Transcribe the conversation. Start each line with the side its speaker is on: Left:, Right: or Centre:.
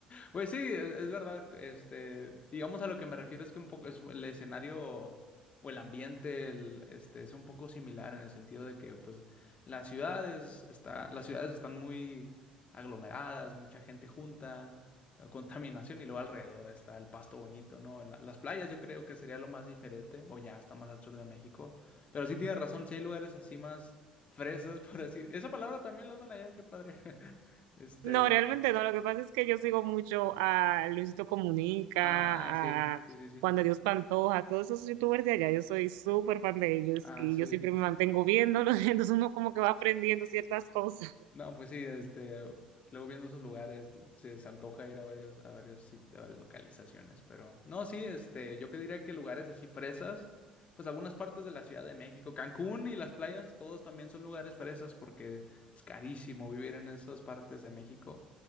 Left: Pues sí, es, es verdad, este, digamos a lo que me refiero es que un poco es el escenario o el ambiente, el- este, es un poco similar en el sentido de que, pues, las ciudades está, las ciudades están muy aglomeradas, mucha gente junta, eh, contaminación y luego alrededor está el pasto bonito, ¿no? La- las playas yo creo que sería lo más diferente o ya está más al sur de México, pero sí tienes razón, si hay lugares así más fresas, <laughs> por así, esa palabra también la usan allá, qué padre, <laughs> este,
Right: No, realmente no. Lo que pasa es que yo sigo mucho a Luisito Comunica,
Left: ah, sí,
Right: a
Left: sí, sí, sí.
Right: Juan de Dios Pantoja, todos esos youtubers de allá. Yo soy súper fan de ellos
Left: Ah,
Right: y
Left: sí.
Right: yo siempre me mantengo viéndolos. <laughs> Entonces uno como que va aprendiendo ciertas cosas.
Left: No, pues sí, este, luego viendo esos lugares, d- se, se antoja ir a varios, a varios, sit- a varias localizaciones, pero no, sí, este, yo que diría que lugares así fresas, pues algunas partes de la Ciudad de México, Cancún y las playas, todos también son lugares fresas porque es carísimo vivir en esas partes de México